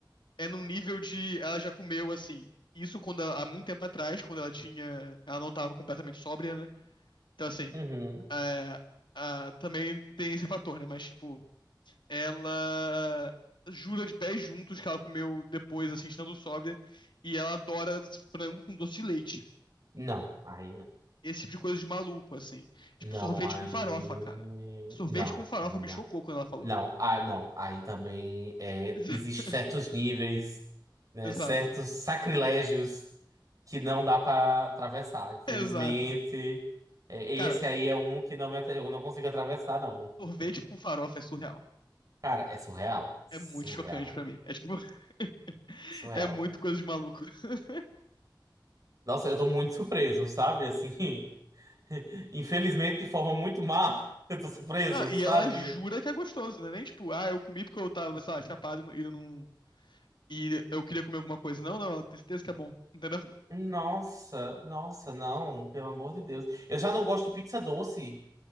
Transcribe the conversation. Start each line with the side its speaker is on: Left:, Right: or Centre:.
Left: é num nível de ela já comeu, assim, isso quando ela- há muito tempo atrás, quando ela tinha, ela não tava completamente sóbria, né? Então, assim,
Right: hum. Uhum.
Left: é, ah, também tem esse fator, né? Mas, tipo, ela jura de pés juntos que ela comeu depois, assim, estando sóbria, e ela adora frango com doce de leite.
Right: Não, aí não.
Left: esse tipo de coisa de maluco, assim. Tipo,
Right: Não,
Left: sorvete
Right: aí.
Left: com farofa, cara. Sorvete
Right: Não,
Left: com farofa
Right: não.
Left: me chocou quando ela falou.
Right: Não, ah, não. Aí também é,
Left: <laughs>
Right: existem certos níveis, né,
Left: Exato.
Right: certos sacrilégios que não dá para atravessar. Infelizmente,
Left: Exato.
Right: é, esse
Left: Cara,
Right: aí é um que não me, atra- eu não consigo atravessar, não.
Left: sorvete com farofa é surreal.
Right: Cara, é surreal. Surreal.
Left: É muito chocante pra mim. É tipo. <laughs>
Right: Surreal.
Left: É muito coisa de maluco. <laughs>
Right: Nossa, eu tô muito surpreso, sabe? Assim. <laughs> <laughs> Infelizmente, de forma muito má, <laughs> eu tô surpreso,
Left: Não, e
Right: sabe?
Left: ela jura que é gostoso, né? Nem tipo, ah, eu comi porque eu tava, sei lá, chapado e não- e não. E eu queria comer alguma coisa. Não, não, ela tem certeza que é bom. Entendeu?
Right: Nossa, nossa, não, pelo amor de Deus. Eu já não gosto de pizza doce.